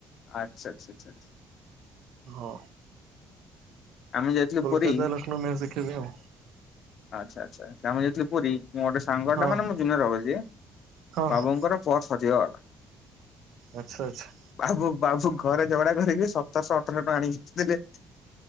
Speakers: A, on the left; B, on the right.
A: ଆଛା, ଆଛ, ଆଛା।
B: ହଁ।
A: ଆମେ ଯାଇଥିଲୁ
B: କୋଲକାତା
A: ପୁରୀ
B: ଲକ୍ଷ୍ନୌ ମ୍ୟାଚ୍ ଦେଖିବା ପାଇଁ ଆଉ।
A: ଆଛା ଆ୍ଛା ଆମେ ଯାଇଥିଲି ପୁରୀ ମୋ ଗୋଟେ ସାଙ୍ଗ
B: ହଁ
A: ଟା ମାନେ ମୁଁ ଜୁନିୟର ହବ ସିଏ
B: ହଁ
A: ବାବୁଙ୍କର
B: ହଁ
A: ପର୍ସ ହଜି ଗଲା।
B: ଆଚ୍ଛା ଆଚ୍ଛା।
A: ବାବୁ ବାବୁ ଘରେ ଝଗଡା କରିକି ସତରଶହ ଅଠରଶହ ଟଙ୍କା ଆଣିକିଥିଲେ।